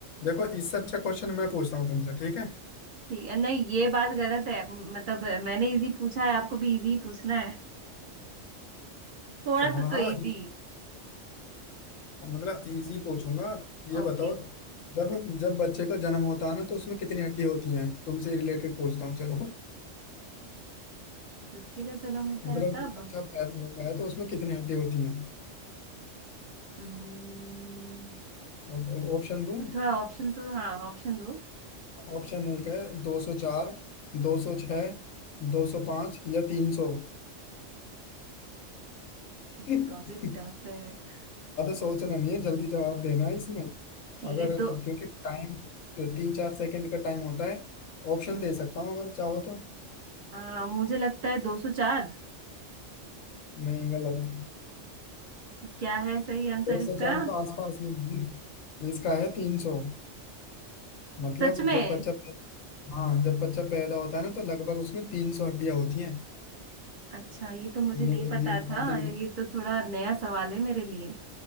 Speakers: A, on the left (about 85°); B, on the right (about 50°).
A: देखो इससे अच्छा क्वेश्चन मैं पूछता हूँ तुमसे ठीक है
B: ठीक है नहीं ये बात गलत है मतलब मैंने इजी पूछा है आपको भी इजी पूछना है थोड़ा
A: अच्छा, हाँ
B: सा तो
A: हाँ
B: इजी
A: मतलब इजी पूछूंगा ये
B: ओके
A: बताओ जब जब बच्चे का जन्म होता है ना तो उसमें कितनी हड्डी होती हैं तुमसे रिलेटेड पूछता हूँ चलो
B: बच्चे का जन्म होता
A: मतलब
B: है तब
A: जब बच्चा पैदा होता है तो उसमें कितनी हड्डी होती हैं
B: हम्म,
A: ऑप- ऑप्शन दूं
B: तो थोड़ा ऑप्शन तो हाँ ऑप्शन दो
A: ऑप्शन एक है दो सौ चार दो सौ छः दो सौ पाँच या तीन सौ
B: ये
A: ज्यादा
B: तो काफी टफ है हम्म,
A: सोचना नहीं है जल्दी जवाब देना है इसमें
B: ठीक
A: अगर
B: है दो
A: क्योंकि टाइम तीन चार सेकंड का टाइम होता है ऑप्शन दे सकता हूँ अगर चाहो तो
B: आ, मुझे लगता है 204
A: नहीं गलत
B: तो क्या है सही आंसर
A: दो
B: इसका
A: सौ चार तो आसपास ही है। तो इसका है तीन सौ मतलब
B: सच में
A: जब बच्चा पैदा हाँ जब बच्चा पैदा होता है ना तो लगभग उसमें तीन सौ हड्डियां होती हैं
B: अच्छा ये तो मुझे
A: ये
B: नहीं पता
A: ये बहुत
B: था
A: इंट-
B: ये तो थोड़ा नया सवाल है मेरे लिए